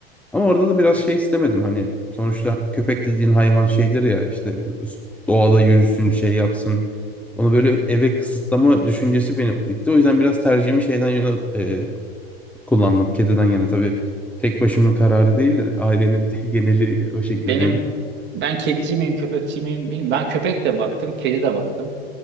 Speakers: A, in the centre; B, on the right (about 35°).
A: Ama orada da biraz şey istemedim hani sonuçta köpek dediğin hayvan şeydir ya işte doğada yürüsün şey yapsın. Onu böyle eve kısıtlama düşüncesi beni itti. O yüzden biraz tercihimi şeyden yana e, kullandım. Kediden yana tabii tek başımın kararı değildi. Ailenin <laughs> geneli o şekildeydi.
B: Benim ben kedici miyim, köpekçi miyim bilmiyorum. Ben köpek de baktım, kedi de baktım.